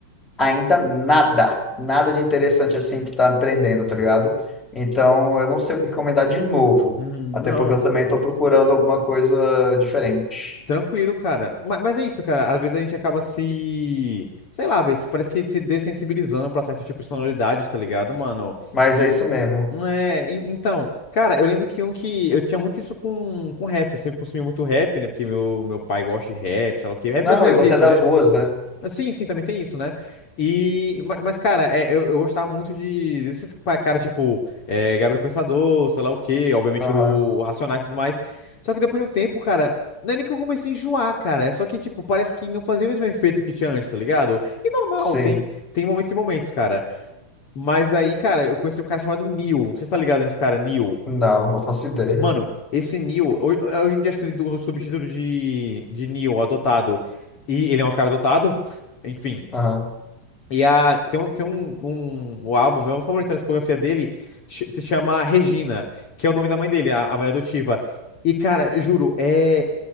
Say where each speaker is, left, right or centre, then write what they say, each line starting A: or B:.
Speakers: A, on the left; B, on the left.
A: ainda nada, nada de interessante assim que tá me prendendo, tá ligado? Então eu não sei o que recomendar de novo,
B: Hum,
A: até
B: não.
A: porque eu também tô procurando alguma coisa diferente.
B: Tranquilo, cara. Mas, mas é isso, cara. Às vezes a gente acaba se. Sei lá, velho. se- Parece que se dessensibilizando pra certo tipo de sonoridade, tá ligado, mano?
A: Mas
B: E,
A: é isso mesmo.
B: É, en- então, cara, eu lembro que um que eu tinha muito isso com, com rap, eu sempre consumi muito rap, né? Porque meu, meu pai gosta de rap, sei lá o quê, rap
A: Não,
B: brasileiro
A: e você
B: mesmo,
A: é das
B: né?
A: ruas, né?
B: Mas Sim, sim, também tem isso, né? E, ma- mas, cara, é, eu, eu gostava muito de desses pa- caras tipo é, Gabriel Pensador, sei lá o quê, obviamente
A: Aham,
B: o, o Racionais e tudo mais. Só que depois de um tempo, cara, não é nem que eu comecei a enjoar, cara, é só que, tipo, parece que não fazia o mesmo efeito que tinha antes, tá ligado? E normal,
A: sim.
B: tem, tem momentos e momentos, cara. Mas aí, cara, eu conheci um cara chamado Neil. Você tá ligado nesse cara, Neil?
A: Não, não faço ideia.
B: Mano, esse Neil, hoje, hoje em dia acho que ele usa o subtítulo de, de Neil, adotado. E ele é um cara adotado? <laughs> Enfim.
A: Aham,
B: E a, tem um, tem um, um, um álbum, meu favorito na discografia dele, ch- se chama Regina, que é o nome da mãe dele, a, a mãe adotiva. E, cara, eu juro, é,